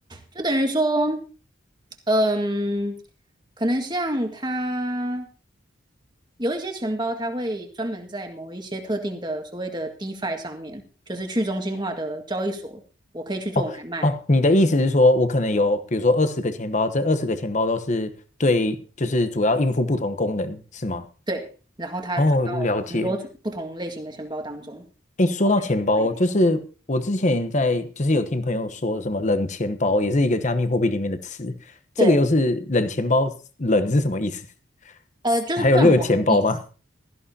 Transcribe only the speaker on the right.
就等于说，嗯，可能像他。有一些钱包它会专门在某一些特定的所谓的 DeFi 上面，就是去中心化的交易所，我可以去做买卖，
对，然后它转到很多不同类型的钱包当中
去卖掉，
对，
呃，就是断网的意思，